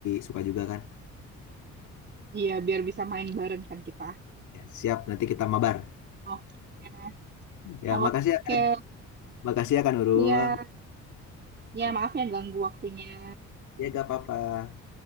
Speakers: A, on the left; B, on the right.
A: suka juga kan.
B: Iya, biar bisa main bareng kan kita.
A: Ya, siap, nanti kita mabar.
B: Oke,
A: Ya,
B: oke,
A: makasih ya, Kak. makasih ya Kak Nurul.
B: iya, ya
A: Oh,
B: maaf ya ganggu waktunya.
A: ya, gak apa-apa.